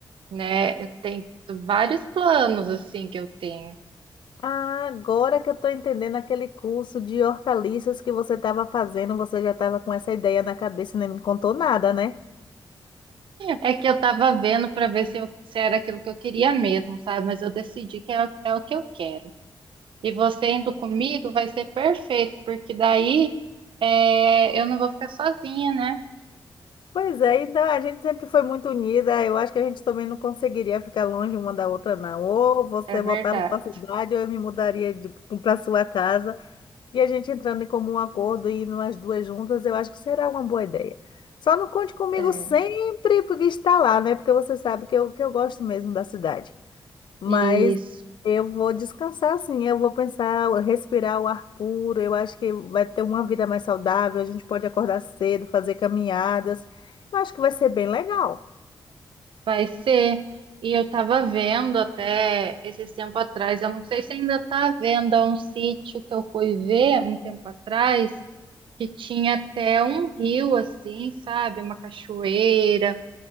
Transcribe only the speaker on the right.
né? Eu tenho vários planos assim que eu tenho.
É que eu tava vendo para ver se, eu- se era aquilo que eu queria mesmo, sabe? Mas eu decidi que é, o- é o que eu quero. E você indo comigo vai ser perfeito, porque daí é, eu não vou ficar sozinha, né?
É verdade.
É.
Isso.
Vai ser. E eu tava vendo até esses tempo atrás, eu não sei se ainda tá à venda um sítio que eu fui ver um tempo atrás, que tinha até um rio assim, sabe? Uma cachoeira,